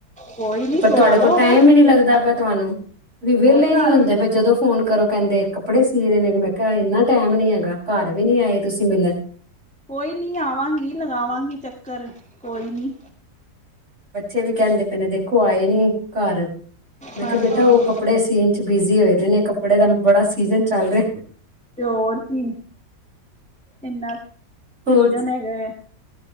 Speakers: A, in the centre; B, on the right.
A: ਕੋਈ ਨੀ
B: ਪਰ
A: ਸਵਾ
B: ਤੁਆਡੇ
A: ਲੋ
B: ਕੋਲ ਟੈਮ
A: ਉਹਦਾ ਕੀ
B: ਈ ਨੀ ਲੱਗਦਾ
A: ਏ
B: ਪਿਆ ਤੁਆਨੂੰ। ਵੀ ਵੇਲੇ
A: ਕੋਈ ਗੱਲ
B: ਨੀ ਹੁੰਦੇ ਪਏ, ਜਦੋਂ ਫੋਨ ਕਰੋ ਕੈਂਦੇ ਕੱਪੜੇ ਸੀ ਰੇ ਨੇ, ਮੈਂ ਕੇਆ ਏਨਾ ਟੈਮ ਨੀ ਹੈਗਾ। ਕੱਰ ਵੀ ਨੀ ਆਏ ਤੁਸੀਂ ਮਿਲਨ।
A: ਕੋਈ ਨੀ ਆਵਾਂਗੀ, ਲਗਾਵਾਂਗੀ ਚੱਕਰ ਕੋਈ ਨੀ।
B: ਬੱਚੇ ਵੀ ਕੈਂਦੇ ਪੈ ਨੇ ਦੇਖੋ ਆਏ ਨੀ ਕੱਰ, ਮੈਂ
A: ਹਾਂਜੀ।
B: ਕੇਆ ਬੇਟਾ ਓ ਕੱਪੜੇ ਸੀਨ ਚ ਬਿਜ਼ੀ ਹੋਏ ਦੇਨੇ ਕੱਪੜੇ ਦਾ ਬੜਾ ਸੀਜਨ ਚੱਲ ਰੇ
A: ਤੇਓਰ ਕੀ ਏਨਾ ਸੀਜਨ
B: ਹੋਰ
A: ਹੈਗਾ ਐ।